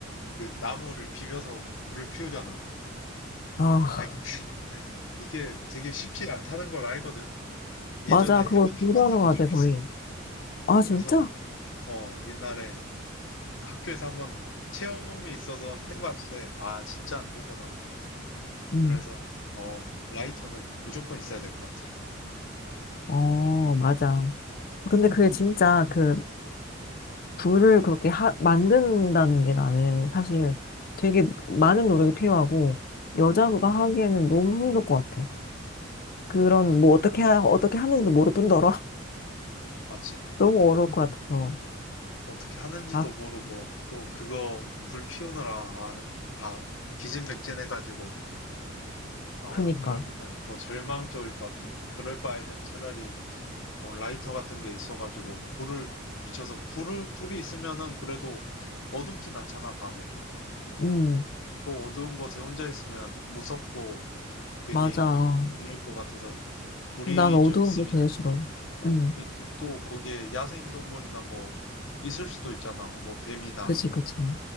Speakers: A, on the left; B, on the left.
A: 그 나무를 비벼서 불을 피우잖아.
B: 아,
A: 아니, 근데 <laughs> 이게 되게 쉽지 않다는 걸 알거든. 예전에
B: 맞아. 그거
A: 해본,
B: 불가능하대,
A: 한 번 해본 적이
B: 거의.
A: 있어.
B: 아, 진짜?
A: 그래서, 어, 옛날에 학교에서 한번 체험이 있어서 해봤는데, 아, 진짜 안 되더라고.
B: 응.
A: 그래서, 어, 라이터는 무조건 있어야 될 것 같아.
B: 어, 맞아. 근데 그게 진짜 그 불을 그렇게 하, 만든다는 게 나는 사실 되게 많은 노력이 필요하고 여자가
A: 음.
B: 하기에는 너무 힘들 것 같아. 그런
A: 아,
B: 뭐 어떻게 하, 어떻게 하는지도 모를 뿐더러 <laughs>
A: 맞지.
B: 너무 어려울 것 같아서.
A: 어떻게 하는지도
B: 아,
A: 모르고, 또 그거 불 피우느라, 아, 다 기진맥진해가지고, 아,
B: 그니까.
A: 그러면은 더 절망적일 것 같아. 그럴 바에는 차라리 어, 라이터 같은 게 있어가지고 불을 비춰서 불을 불이 있으면은 그래도 어둡진 않잖아 밤에
B: 음,
A: 또 어두운 곳에 혼자 있으면 무섭고 괜히
B: 맞아.
A: 그럴 것 같아서 불이
B: 난 어두운
A: 좀 있으면
B: 거 제일 싫어. 음,
A: 그러니까 또 거기에 야생동물이나 뭐 있을 수도 있잖아 뭐 뱀이나
B: 그치, 그치.